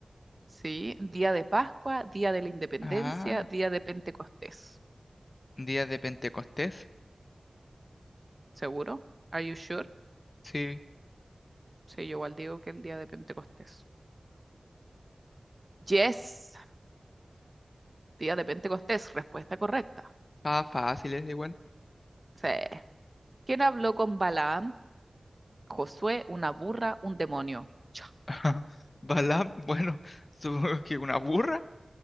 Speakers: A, on the right (about 35°); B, on the left (about 50°).
A: Sí, día de Pascua, día de la Independencia,
B: Ah,
A: día de Pentecostés.
B: día de Pentecostés.
A: ¿Seguro? Are you sure?
B: Sí,
A: Sí, yo igual digo que el día de Pentecostés. Yes, día de Pentecostés, respuesta correcta.
B: ah, fácil, es igual.
A: Sí. ¿Quién habló con Balaam? Josué, una burra, un demonio. Cha.
B: <laughs> Balaam, bueno, supongo que una burra.